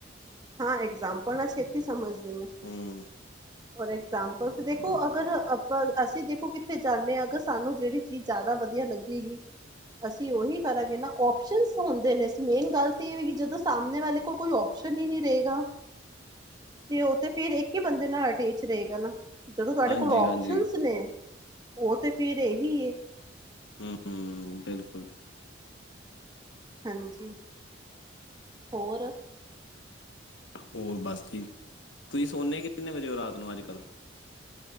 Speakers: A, on the right; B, on the left.
A: ਹਾਂ ਐਕਜ਼ਾਮਪਲ ਨਾਲ ਛੇਤੀ ਸਮਝਦੇ ਨੇ। ਫੋਰ
B: ਹਮ
A: ਇਗਜਾਪਲ ਤੇ ਦੇਖੋ, ਅਗਰ ਅਪ ਅਸੀਂ ਦੇਖੋ ਕਿਥੇ ਜਾਂਨੇ ਹਾਂ ਅਗਰ ਸਾਨੂੰ ਜਿਹੜੀ ਚੀਜ਼ ਜ਼ਿਆਦਾ ਵਧੀਆ ਲੱਗੇਗੀ ਅਸੀਂ ਉਹੀ ਕਰਾਂਗੇ ਨਾ, ਓਪਸ਼ਨ ਹੁੰਦੇ ਨੇ ਮੇਨ ਗੱਲ ਤੇ ਇਹ ਕਿ ਜਦੋਂ ਸਾਹਮਣੇ ਵਾਲੇ ਕੋ ਕੋਈ ਓਪਸ਼ਨ ਨਹੀਂ ਰਹੇਗਾ, ਤੇ ਉਹ ਤੇ ਫੇਰ ਇੱਕ ਹੀ ਬੰਦੇ ਨਾਲ ਅਟੇਚ ਰਹੇਗਾ ਨਾ। ਜਦੋਂ ਤੁਹਾਡੇ
B: ਹਾਂਜੀ
A: ਕੋਲ ਓਪਸ਼ਨ
B: ਹਾਂਜੀ
A: ਨੇ, ਉਹ ਤੇ ਫੇਰ ਇਹੀ ਐ।
B: ਹੂ- ਹੂ, ਬਿਲਕੁਲ।
A: ਹਾਂਜੀ, ਹੋਰ।
B: ਹੋਰ ਬਸ ਠੀਕ, ਤੁਸੀਂ ਸੋਨੇ ਕਿੰਤਨੇ ਵਜੇ ਹੋ ਰਾਤ ਨੂੰ ਅੱਜ -ਕੱਲ੍ਹ?